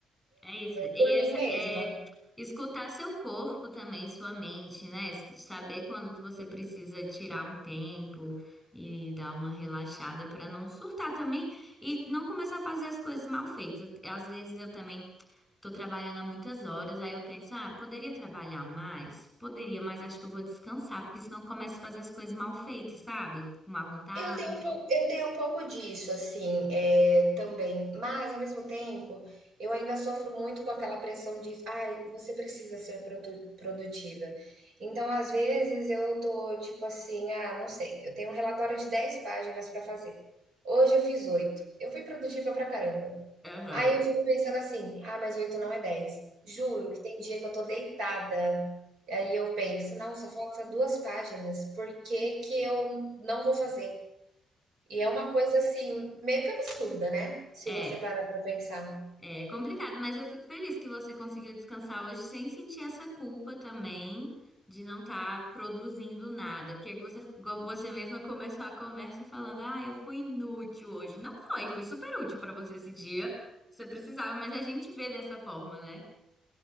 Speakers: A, in the centre; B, on the right (about 60°).
A: é isso. E
B: por
A: essa
B: mim mesmo.
A: é escutar seu corpo também, sua mente, né? Saber quando que você precisa tirar um tempo e dar uma relaxada pra não surtar também e não começar a fazer as coisas mal feitas. Às vezes eu também tô trabalhando há muitas horas, aí eu penso, ah, poderia trabalhar mais? Poderia, mas acho que eu vou descansar, porque senão eu começo a fazer as coisas mal feitas, sabe? Com má vontade.
B: Eu tenho um pouco, eu tenho um pouco disso, assim, é, também. Mas, ao mesmo tempo, eu ainda sofro muito com aquela pressão de, ai, você precisa ser produ- produtiva. Então, às vezes, eu tô tipo assim, ah, não sei, eu tenho um relatório de 10 páginas para fazer. Hoje eu fiz 8, Eu fui produtiva pra caramba.
A: Aham.
B: Aí eu fico pensando assim, ah, mas 8 não é 10. Juro que tem dia que eu tô deitada. Aí eu penso, não, só falta duas páginas. Por que que eu não vou fazer? E é uma coisa, assim, meio que absurda, né, se
A: É.
B: você parar para pensar.
A: É complicado, mas eu fico feliz que você conseguiu descansar hoje sem sentir essa culpa também de não estar produzindo nada. Porque você, igual você mesma começou a conversa falando: Ah, eu fui inútil hoje. Não foi, foi super útil pra você esse dia. Você precisava, mas a gente vê dessa forma, né?